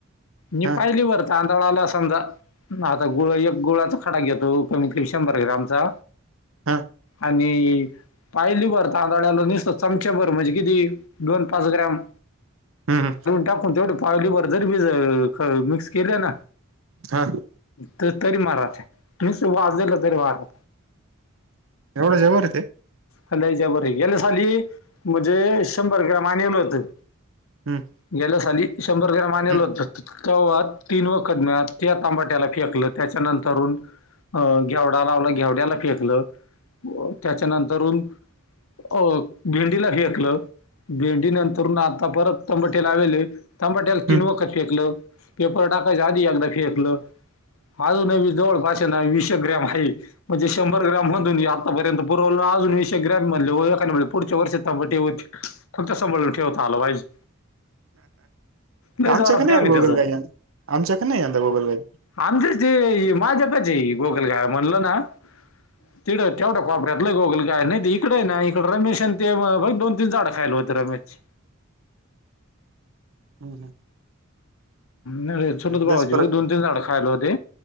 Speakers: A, on the left; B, on the right.
A: मी
B: हा
A: पाहिली बर तांतळाला समजा आता गुळ एक गुळाचा खडा घेतो कमीत कमी शंभर ग्रॅमचा.
B: हा
A: आणि पायली भर ता <inaudible> निसतं चमच्याभर म्हणजे किती दोन पाच ग्रॅम
B: हम्म
A: टाकून तेवढे पावली भर जर भिज मिक्स केले ना
B: हा.
A: त- तरी मारात तू नुसतं वाजलं तरी मारा
B: एवढं जबर ए ते?
A: हा लय जबर ए गेल्या साली म्हणजे शंभर ग्रॅम आणील होतं.
B: हम्म.
A: गेल्या साली शंभर ग्रॅम आणीलं
B: हम्म
A: होत. तवा तीन वकत म्या त्या तबाट्याला फेकलं त्याच्यानंतरून अं घेवडा लावला घेवड्याला फेकलं, त्याच्यानंतरून अ भेंडीला फेकल. भेंडी नंतरुन आता परत तंबाटे लावेले. तंबाट्याला तीन
B: हम्म
A: वकत फेकलं, पेपर टाकायच्या आधी एकदा फेकलं. अजूनही जवळपास ना वीश एक ग्रॅम हाय म्हणजे शंभर ग्रॅम आतापर्यंत पुरवलं अजून विश एक ग्रॅम हाय म्हणलं एकाद बार पुढच्या वर्षी तंबाटे होती. फक्त सांभाळुन ठेवता आल पाहिजे. लय जोरात
B: आमच्याकं नायात
A: काम आहे त्याचं
B: गोगलगायी आमच्याकं नाय गोगल गाय.
A: आमचाचे माझ्यातच आय गोगलगाय म्हणलं ना, तिकड तेवढा वापऱ्यातलं गोगलगाय नाय त इकडे हाय ना इकडे रमेश आणि ते रोज दोन-तीन झाडं खायलं होत रमेशची.
B: हम् हम्.
A: नाय चुलत भावाचे
B: लईच फरक
A: रोज दोन
B: आहे
A: तीन झाडं खायलं होते.